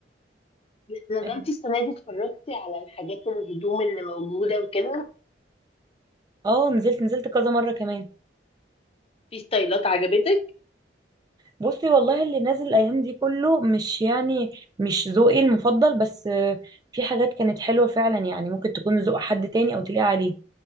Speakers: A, on the left; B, on the right.
A: نزلتي
B: ايوه
A: السنة دي اتفرجتي على الحاجات الهدوم اللي موجودة وكده
B: اه نزلت نزلت كذا مره كمان
A: في ستايلات عجبتك
B: بصي والله اللي نازل الايام دي كله مش يعني مش ذوقي المفضل بس آه، في حاجات كانت حلوه فعلا يعني ممكن تكون ذوق حد تاني او تليق عليه